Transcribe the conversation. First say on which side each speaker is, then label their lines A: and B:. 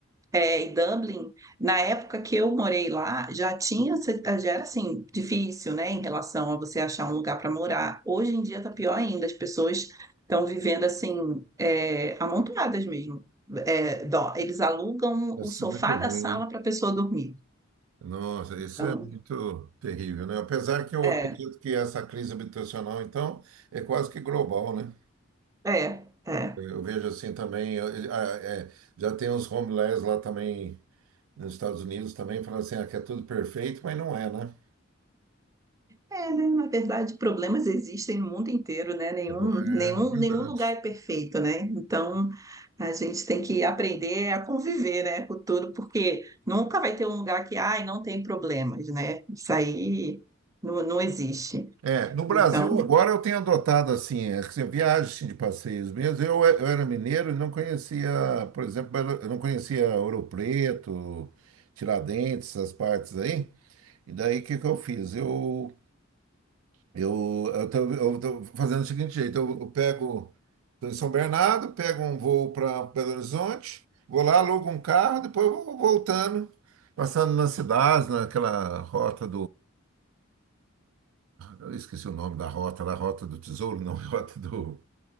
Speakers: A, on the right; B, on the right.
A: É, e Dublin, na época que eu morei lá, já tinha, já era, assim, difícil, né, em relação a você achar um lugar para morar. Hoje em dia tá pior ainda, as pessoas estão vivendo, assim, é, amontoadas mesmo. É, dó- eles alugam
B: Nossa,
A: o sofá
B: é muito ruim,
A: da sala
B: né?
A: para a pessoa dormir.
B: Nossa,
A: Então,
B: isso é muito terrível, né? Apesar que eu
A: é,
B: acredito que essa crise habitacional, então, é quase que global, né?
A: é. É.
B: Eu vejo assim também, eu- eu- ah, é, já tem uns homeless lá também, nos Estados Unidos também, falando assim, ah, que é tudo perfeito, mas não é, né?
A: É, né? Na verdade, problemas existem no mundo inteiro, né? Nenhum,
B: É porque- é
A: nenhum,
B: verdade.
A: nenhum lugar é perfeito, né? Então, a gente tem que aprender a conviver, né, com tudo, porque nunca vai ter um lugar que, ai, não tem problemas, né? Isso aí não, não existe.
B: É, no Brasil
A: Então,
B: agora eu tenho adotado assim, é, que você viaja assim, de passeios mesmo. Eu, eu era mineiro e não conhecia, por exemplo, Belo- eu não conhecia Ouro Preto, Tiradentes, essas partes aí. E daí o que que eu fiz? Eu eu eu tô, eu tô fazendo o seguinte jeito, eu, eu pego tô em São Bernardo, pego um voo para Belo Horizonte, vou lá, alugo um carro, depois eu vou voltando, passando nas cidades, naquela rota Eu esqueci o nome da rota, da rota do tesouro, não, <laughs> rota do,